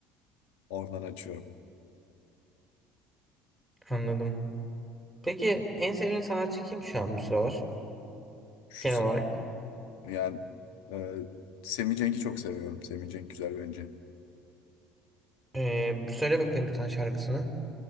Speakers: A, on the left; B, in the centre.
A: Oradan açıyorum.
B: anladım. Peki en sevdiğin sanatçı kim şu an bu sıralar?
A: Şu
B: Genel olarak.
A: yani e, Semih Cenk'i çok seviyorum. Semih Cenk güzel bence.
B: Ee, söyle bakayım bir tane şarkısını.